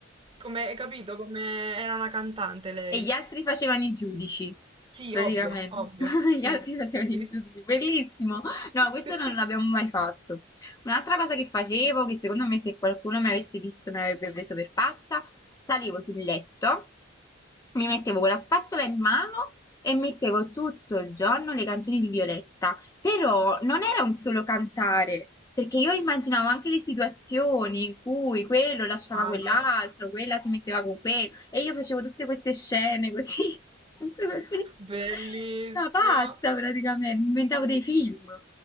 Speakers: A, on the right; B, on the left.
A: Come, hai capito? Come era una cantante lei.
B: E gli altri facevano i giudici,
A: Sì,
B: praticamente.
A: ovvio, ovvio,
B: <laughs>
A: sì,
B: Gli altri facevano
A: sì.
B: i giudici, bellissimo. No,
A: <laughs>
B: questo non l'abbiamo mai fatto. Un'altra cosa che facevo, che secondo me se qualcuno mi avesse visto mi avrebbe preso per pazza, salivo sul letto, mi mettevo con la spazzola in mano e mettevo tutto il giorno le canzoni di Violetta. Però non era un solo cantare, perché io immaginavo anche le situazioni in cui quello lasciava
A: Vado.
B: quell'altro, quella si metteva con quello, e io facevo tutte queste scene così, <laughs> tutto così.
A: Bellissimo.
B: Una pazza praticamente, inventavo dei film.